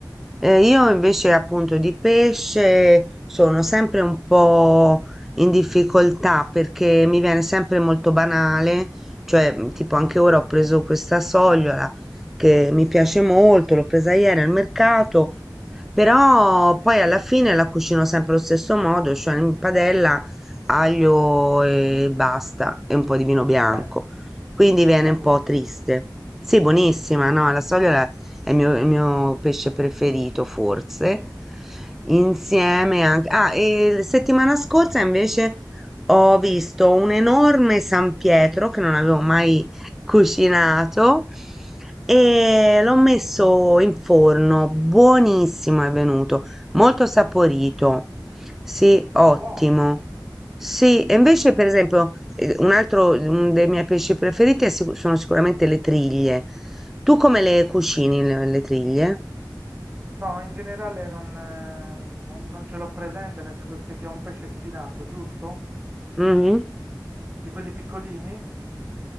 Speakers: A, in the centre; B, on the right.
A: Eh, io invece appunto di pesce sono sempre un po' in difficoltà perché mi viene sempre molto banale, cioè mh, tipo
B: Mhm.
A: anche ora ho preso questa sogliola che mi piace molto, l'ho presa ieri al mercato, però poi alla fine la cucino sempre allo stesso modo, cioè in padella aglio e basta e un po' di vino bianco.
B: Beh.
A: Quindi viene
B: Beh,
A: un
B: buonissimo.
A: po' triste. Sì, buonissima, no, la soglia è il mio, il mio pesce preferito, forse. Insieme anche... Ah, e la settimana scorsa invece ho visto un enorme San Pietro che non avevo mai cucinato e l'ho messo in forno, buonissimo è venuto. Molto saporito. Sì, ottimo.
B: Wow.
A: Sì, e invece per esempio eh, un altro mm, dei miei pesci preferiti è sicu- sono sicuramente le triglie. Tu come le cucini le, le triglie?
B: No, in generale non, eh, non- non ce l'ho presente, nel senso che sia un pesce spinato, giusto?
A: Mhm.
B: Di quelli piccolini?